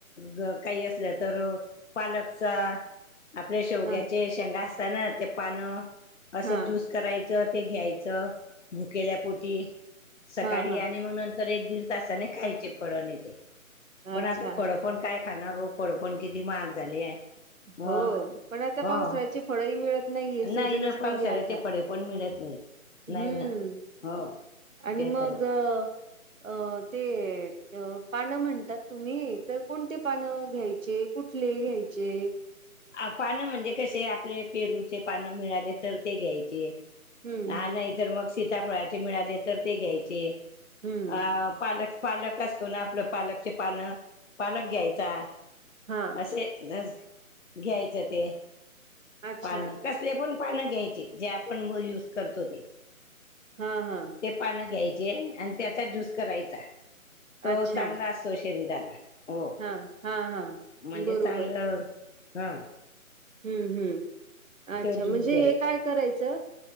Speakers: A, on the left; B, on the right.
A: ग काही असलं तर पालकचा आपल्या शेवग्याचे
B: हा
A: शेंगा असतात ना ते पानं असं
B: हा
A: ज्यूस करायचं ते घ्यायचं भुकेल्यापोटी सकाळी
B: हा हा
A: आणि मग नंतर एक दीड तासाने खायचे फळ नाही तेे पण
B: अच्छा
A: आता फळ पण काय खाणारो पड पण किती महाग झाली आहे मग
B: हो पण आता
A: हा.
B: पावसाळ्याची फळही मिळत नाहीय सीझनच
A: नाही ना पावसाळ्याचे
B: नाहीये आता
A: फळे पण मिळत नाही
B: हम्म
A: नाही ना. हो.
B: आणि
A: तेच
B: मग
A: ना
B: अ ते पानं म्हणतात तुम्ही तर कोणते पानं घ्यायचे. कुठले घयचे
A: अ पानं म्हणजे कसे आपले पेरूचे पानं मिळाले तर ते घ्यायचे
B: हम्म
A: हा नाही तरर मग सीताफळाचे मिळाले तर ते घ्यायचे
B: हम्म
A: अ पालक पालक असतो ना आपलं पालकचे पानं पालक घ्यायचा
B: हा
A: से ज घ्यायचं ते
B: अच्छा
A: पानं कसले पण पानं घ्यायचे जे आपण युज करतो ते
B: हा हा
A: ते पानं घ्यायचे आणि त्याचा ज्यूस करायचा तो
B: अच्छा
A: चांगला अस सुशरी दला हो
B: हा हा हा
A: म्हणजे
B: बरोबर
A: चांगलं ह
B: हम् हम् अच्छा
A: तो ज्यूस
B: म्हणजे
A: घ्यायचा
B: हे काय करायचं